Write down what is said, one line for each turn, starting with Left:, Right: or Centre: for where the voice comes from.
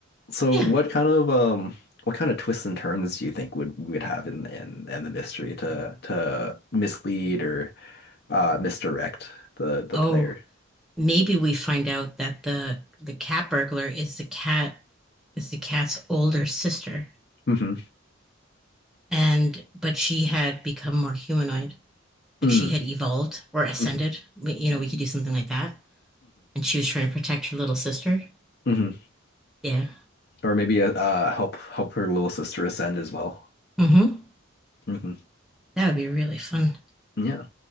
Left: So
Centre: Yeah.
Left: what kind of um what kind of twists and turns do you think would we would have in in in the mystery to to mislead or uh misdirect the the
Centre: Oh,
Left: player?
Centre: maybe we find out that the the cat burglar is the cat is the cat's older sister.
Left: hmm
Centre: And but she had become more humanoid. Like
Left: Mm.
Centre: she had evolved or ascended.
Left: hmm
Centre: We- You know, we could do something like that. And she was trying to protect her little sister.
Left: hmm
Centre: Yeah.
Left: Or maybe uh help help her little sister ascend as well.
Centre: Mm-hmm.
Left: hmm
Centre: That would be really fun.
Left: Yeah,